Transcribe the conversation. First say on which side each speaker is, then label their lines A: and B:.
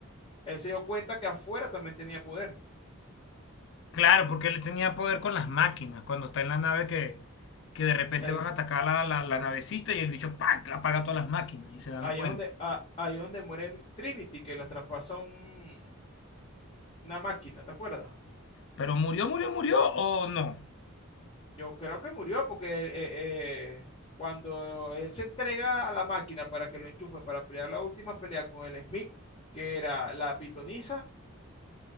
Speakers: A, on the left; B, on the left.
A: Él se dio cuenta que afuera también tenía poder.
B: Claro, porque él tenía poder con las máquinas, cuando está en la nave que, que de repente
A: Él-
B: van a atacar la, la, la navecita y el bicho ¡pac! apaga todas las máquinas y se dan
A: ahí
B: cuenta.
A: es donde, ah, ahí es donde muere Trinity, que la traspasa un- una máquina, ¿te acuerdas?
B: Pero murió, murió, murió o no.
A: Yo creo que murió porque eh, eh, cuando él se entrega a la máquina para que lo enchufen para pelear la última pelea con el Smith, que era la pitonisa,